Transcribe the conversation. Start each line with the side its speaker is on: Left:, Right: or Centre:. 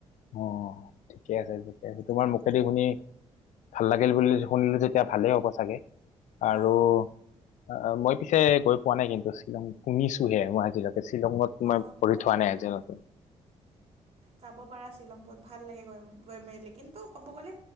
Left: অ ঠিকে আছে ঠিকে আছে তোমাৰ মুখেদি শুনি ভাল লাগিল বুলি শুনিলো যেতিয়া ভালেই হ'ব চাগে
Right: অ',
Left: আৰু অ মই পিছে গৈ পোৱা নাই কিন্তু শ্বিলং শুনিছোঁহে মই আজিলৈকে শ্বিলঙত তোমাৰ
Right: অ',
Left: ভৰি
Right: অ',
Left: থোৱা
Right: অ'।
Left: নাই আজিলৈকে
Right: যাব পাৰা শ্বিলং বহুত ভাল লাগে গৈ গৈ মেলিলে কিন্তু ক'ব গ'লে